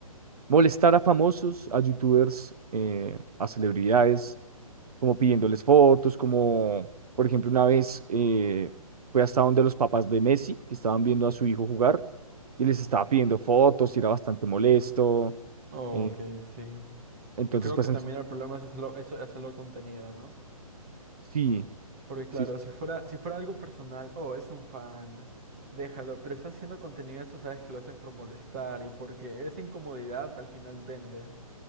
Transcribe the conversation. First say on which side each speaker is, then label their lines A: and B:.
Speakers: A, on the right (about 80°); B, on the right (about 25°).
A: molestar a famosos, a youtubers, eh, a celebridades, como pidiéndoles fotos, como por ejemplo una vez eh, fue hasta donde los papás de Messi, que estaban viendo a su hijo jugar, y les estaba pidiendo fotos y era bastante molesto.
B: Oh,
A: eh,
B: ok, sí.
A: entonces,
B: Y creo
A: pues
B: que
A: en-
B: también el problema es hacerlo, eso, hacerlo contenido, ¿no?
A: sí,
B: Porque claro,
A: sí, sí,
B: si fuera, si fuera algo personal, oh, es un fan, déjalo, pero estás haciendo contenido, eso sabes que lo haces por molestar y porque esa incomodidad al final vende.